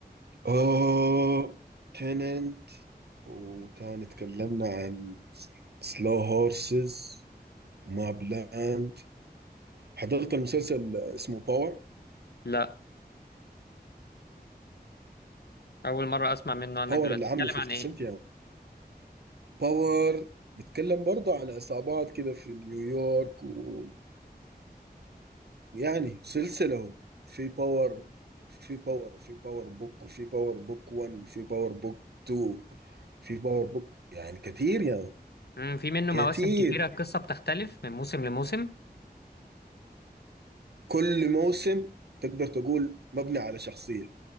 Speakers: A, on the right (about 75°); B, on the left (about 75°).
A: اوه تننت وتاني تكلمنا عن سلو هورسز ماب لاند حضرت المسلسل اسمه باور
B: لا اول مرة اسمع منه انا
A: باور
B: دلوقتي
A: اللي
B: بيتكلم
A: عامله 50
B: عن ايه
A: سنت يا باور بيتكلم برضه عن عصابات كده في نيويورك و يعني سلسلة في باور في باور وفي باور بوك وفي باور بوك 1 في باور بوك 2 في باور بوك يعني كتير يعني
B: امم في منه
A: كتير
B: مواسم كتيرة القصة بتختلف من موسم لموسم
A: كل موسم تقدر تقول مبني على شخصية